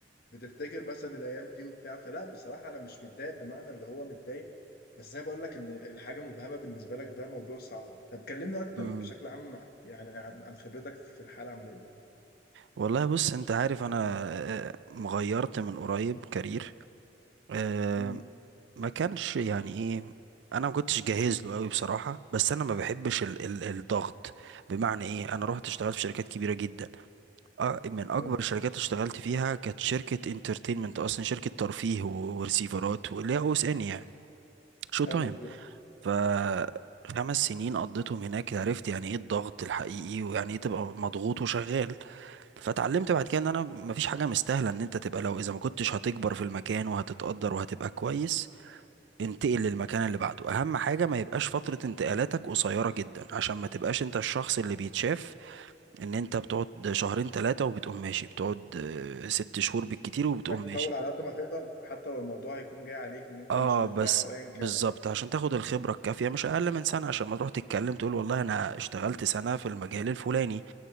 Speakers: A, on the left (about 60°); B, on the right (about 75°).
A: بتفتكر مثلا الايام دي وبتاع فلا بصراحه انا مش متضايق بمعنى اللي هو متضايق بس زي ما بقول لك ان الحاجه مبهمه بالنسبه لك ده موضوع صعب طب كلمني اكتر
B: مم.
A: بشكل عام يعني عن عن خبرتك في الحاله العمليه
B: والله بص انت عارف انا آه، مغيرت من قريب كارير آه،
A: امم
B: ما كانش يعني ايه انا ما كنتش جاهز له قوي بصراحة بس انا ما بحبش ال ال الضغط بمعنى ايه انا رحت اشتغلت في شركات كبيرة جدا آه، من اكبر
A: حلو
B: الشركات اشتغلت فيها كانت شركه انترتينمنت اصلا شركه ترفيه و- ورسيفرات واللي هي او اس ان يعني شو تايم
A: حلو جدا
B: ف خمس سنين قضيتهم هناك عرفت يعني ايه الضغط الحقيقي ويعني ايه تبقى مضغوط وشغال فتعلمت بعد كده ان انا مفيش حاجه مستاهله ان انت تبقى لو اذا ما كنتش هتكبر في المكان وهتتقدر وهتبقى كويس انتقل للمكان اللي بعده اهم حاجه ما يبقاش فتره انتقالاتك قصيره جدا عشان ما تبقاش انت الشخص اللي بيتشاف ان انت بتقعد شهرين ثلاثة وبتقوم ماشي بتقعد آه، ست شهور بالكتير وبتقوم
A: انك تطور
B: ماشي
A: على قد ما تقدر حتى لو الموضوع هيكون جاي عليك ان انت
B: اه
A: مش مرتاح
B: بس
A: او ايا
B: بالظبط
A: كان
B: عشان تاخد الخبرة الكافية مش اقل من سنة عشان ما تروح تتكلم تقول والله انا اشتغلت سنة في المجال الفلاني